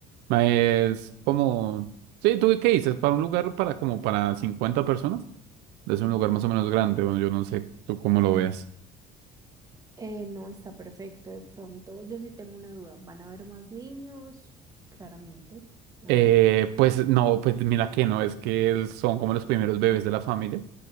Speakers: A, on the right; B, on the right.
A: Ma, Es como, sí, ¿tú qué dices? Para un lugar para como para 50 personas, es un lugar más o menos grande, bueno, yo no sé tú cómo lo veas.
B: Eh, no está perfecto, de pronto yo sí tengo una duda, ¿van a haber más niños? Claramente, ¿o
A: Eh,
B: no?
A: pues no, pues mira que no, es que él- son como los primeros bebés de la familia